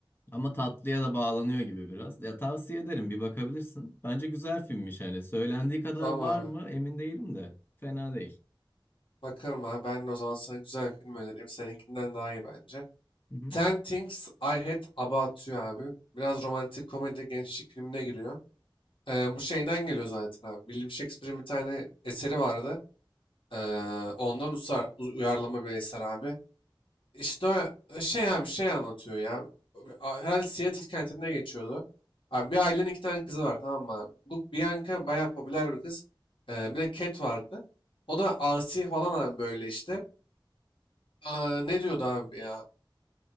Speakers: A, on the left; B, on the left.
A: Ama tatlıya da bağlanıyor gibi biraz. Ya tavsiye ederim bir bakabilirsin. Bence güzel filmmiş hani. Söylendiği kadar
B: Tamam
A: var
B: abi.
A: mı emin değilim de. Fena değil.
B: Bakarım abi. Ben de o zaman sana güzel bir film önereyim. Seninkinden daha iyi bence.
A: Hı hı.
B: Ten Things I Hate About You abi. Biraz romantik komedi gençlik filmine giriyor. Ee, bu şeyden geliyor zaten abi. William Shakespeare'in bir tane eseri vardı. Ee, ondan usar, u- uyarlama bir eser abi. İşte e, şey abi şey anlatıyor ya. Herhalde Seattle kentinde geçiyordu. Abi bir ailenin iki tane kızı var tamam mı abi? Bu Bianca bayağı popüler bir kız. Ee, bir de Cat vardı. O da asi falan abi böyle işte. Aa, ne diyordu abi ya?